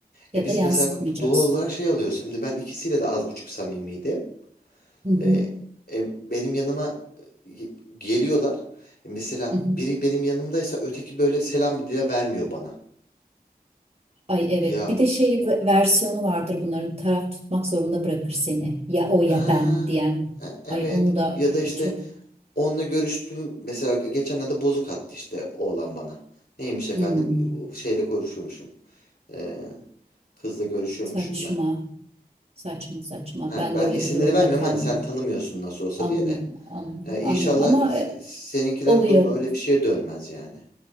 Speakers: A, on the right; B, on the left.
A: ya
B: E biz
A: da yansıtmayacaksın.
B: mesela doğal olarak şey alıyoruz. Şimdi ben ikisiyle de az buçuk samimiydim.
A: Hı hı
B: E, e, benim yanıma e, geliyorlar. E, mesela
A: hı. hı.
B: biri benim yanımdaysa öteki böyle selam bile vermiyor bana.
A: Ay evet
B: Ya
A: bir de şey v- versiyonu vardır bunların taraf tutmak zorunda bırakır seni ya o ya
B: Ha,
A: ben diyen
B: e- evet.
A: ay onu da
B: Ya
A: e,
B: da işte
A: çok
B: onunla görüştüm. Mesela geçenlerde bozuk attı işte oğlan bana. Neymiş efendim?
A: hmm,
B: Şeyle görüşüyormuşum. Ee, kızla görüşüyormuşum
A: saçma
B: da.
A: saçma saçma
B: Ha,
A: ben
B: ben
A: de öyle
B: isimleri
A: bir durumda
B: vermiyorum
A: kaldım
B: hani sen tanımıyorsun nasıl olsa
A: anlıyorum
B: diye de.
A: an-
B: İnşallah inşallah
A: anlıyorum ama
B: s-
A: e,
B: seninkilerin
A: oluyor
B: durumu öyle bir şeye dönmez yani.